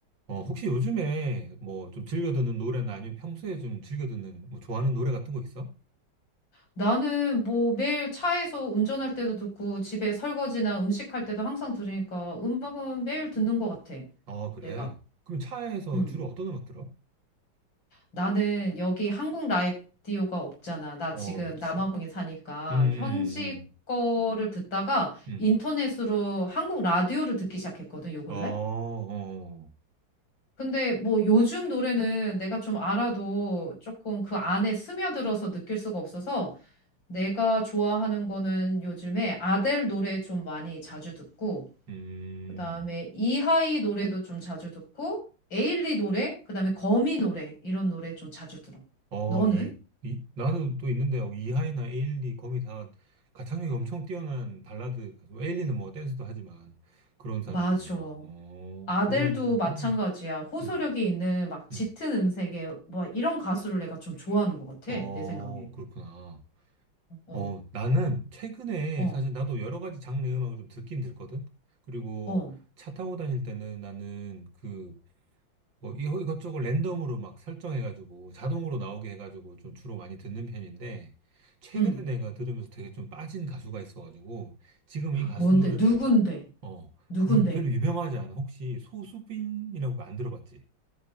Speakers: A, on the right; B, on the left.
A: 어, 혹시 요즘에 뭐 좀 즐겨 듣는 노래나 아니면 평소에 좀 즐겨 듣는 뭐 좋아하는 노래 같은 거 있어?
B: 나는 뭐 매일 차에서 운전할 때도 듣고 집에 설거지나 음식할 때도 항상 들으니까 음악은 매일 듣는 것 같아.
A: 아, 그래.
B: 내가.
A: 그럼 차에서
B: 음.
A: 주로 어떤 음악 들어?
B: 나는 여기 한국 라디오가 없잖아. 나
A: 어,
B: 지금
A: 그렇지.
B: 남아공에 사니까
A: 음, 음,
B: 현지 거를 듣다가
A: 음, 음.
B: 인터넷으로 한국 라디오를 듣기 시작했거든, 요 근래?
A: 음. 어, 어,
B: 근데 뭐 요즘 노래는 내가 좀 알아도 조금 그 안에 스며들어서 느낄 수가 없어서 내가 좋아하는 거는 요즘에 아델 노래 좀 많이 자주 듣고,
A: 음.
B: 그 다음에 이하이 노래도 좀 자주 듣고, 에일리 노래, 그 다음에 거미 노래, 이런 노래 좀 자주 들어.
A: 어,
B: 너는?
A: 이, 이, 나는 또 있는데, 어, 이하이나 에일리, 거미 다 가창력이 엄청 뛰어난 발라드, 가수. 뭐 에일리는 뭐 댄스도 하지만 그런 사람들이잖아.
B: 맞아.
A: 어,
B: 아델도
A: 그런 노래 좋아하는구나.
B: 마찬가지야. 호소력이
A: 음,
B: 있는 막 짙은
A: 음.
B: 음색의 뭐 이런 가수를 내가 좀 좋아하는 것 같아.
A: 어,
B: 내 생각에.
A: 그렇구나.
B: 어,
A: 어, 나는 최근에
B: 어,
A: 사실 나도 여러 가지 장르 음악을 좀 듣긴 듣거든. 그리고
B: 어,
A: 차 타고 다닐 때는 나는 그 뭐 이것저것 랜덤으로 막 설정해가지고 자동으로 나오게 해가지고 좀 주로 많이 듣는 편인데 최근에
B: 응.
A: 내가 들으면서 되게 좀 빠진 가수가 있어가지고 지금 이 가수
B: 뭔데?
A: 노래를
B: 누군데?
A: 어,
B: 누군데?
A: 그거 별로 유명하지 않아. 혹시 소수빈이라고 안 들어봤지?